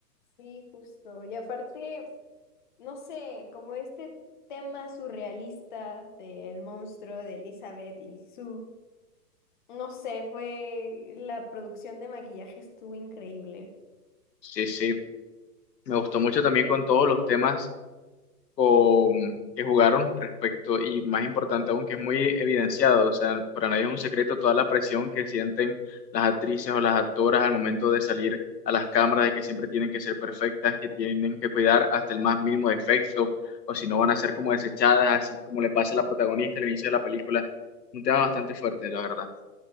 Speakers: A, on the left (about 30°); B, on the left (about 75°).
A: sí, justo. Y aparte, no sé, como este tema surrealista del monstruo de Elizabeth y su, no sé, fue la producción de maquillaje estuvo increíble.
B: Sí, sí. Me gustó mucho también con todos los temas. con, que jugaron respecto, y más importante aún, que es muy evidenciado, o sea, para nadie es un secreto toda la presión que sienten las actrices o las actoras al momento de salir a las cámaras, de que siempre tienen que ser perfectas, que tienen que cuidar hasta el más mínimo defecto, o si no van a ser como desechadas, así como le pasa a la protagonista al inicio de la película. Un tema bastante fuerte, la verdad.